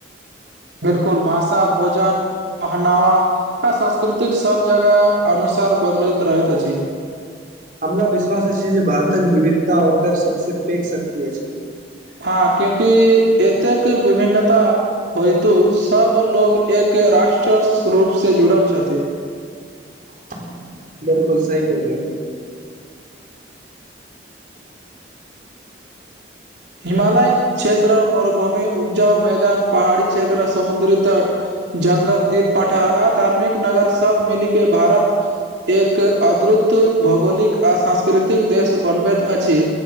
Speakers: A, on the right (about 70°); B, on the right (about 45°).
A: बिल्कुल भाषा भोजन। पहनावा आ सास्कृतिक सभ जगह अनुसार बदलैत रहैत अछि।
B: हमरा विश्वास अछि जे भारतक विविधता ओकर सबस पैघ शक्ति अछि।
A: हँ क्योकि एतेक विभिन्नता। हेतु सभ लोक एक राष्ट्र रूपसँ जुड़ल छथि।
B: <unintelligible> बिल्कुल सही कहहिलियौ।
A: हिमालय क्षेत्र मरुभूमि उब्जाउ मैदान पहाड़ी क्षेत्र समुद्री तट। ज्ंगल दीप पठर आ धार्मिक नगर सब मिली के भारत। एक अदभुत भौगोलिक आ सांस्कृतिक देश बनबैत अछि।